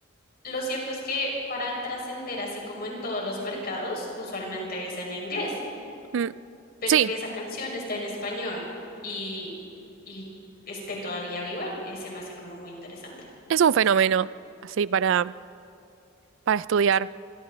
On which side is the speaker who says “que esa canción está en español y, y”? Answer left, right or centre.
Left